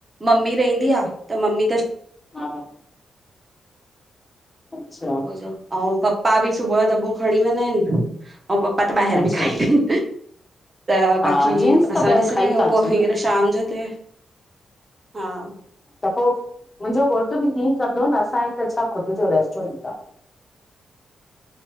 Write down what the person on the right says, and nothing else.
मम्मी रहंदी आ, त मम्मी त
अऊं पप्पा बि सुबुह जो दॿो खणी वेंदा आहिनि अऊं पप्पा त ॿाहिर
बि खाई
लाइनि <unintelligible> त
बाक़ी
असां
ॾिसंदा
आहियूं
पोइ हींअर
शाम जो त। हां
<inaudible>